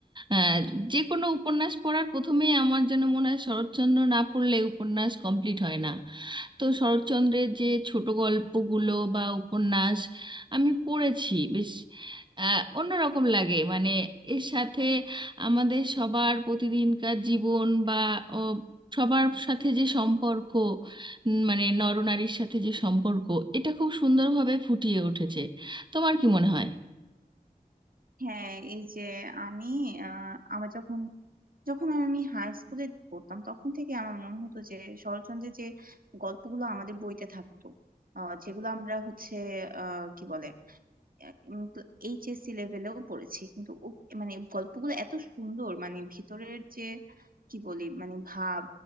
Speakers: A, on the right; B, on the right.
A: আহ, যে কোনো উপন্যাস পড়ার প্রথমেই আমার যেন মনে হয় শরৎচন্দ্র না পড়লে উপন্যাস কমপ্লিট হয় না তো শরৎচন্দ্রের যে ছোট গল্পগুলো বা উপন্যাস আমি পড়েছি বেশ আহ, অন্যরকম লাগে মানে এর সাথে আমাদের সবার প্রতিদিনকার জীবন বা সবার সাথে যে সম্পর্ক উম, মানে নরনারীর সাথে যে সম্পর্ক এটা খুব সুন্দরভাবে ফুটিয়ে উঠেছে তোমার কি মনে হয়
B: হ্যাঁ এই যে আমি আহ, আমার যখন যখন আমি হাই স্কুলে পড়তাম তখন থেকে আমার মনে হতো যে শরৎচন্দ্রের যে গল্পগুলো আমাদের বইতে থাকতো আহ, যেগুলো আমরা হচ্ছে আহ কি বলে উম তো এইচএসসি লেভেলেও পড়েছি কিন্তু ও মানে গল্পগুলো এত সুন্দর মানে ভিতরের যে কি বলি মানে ভাব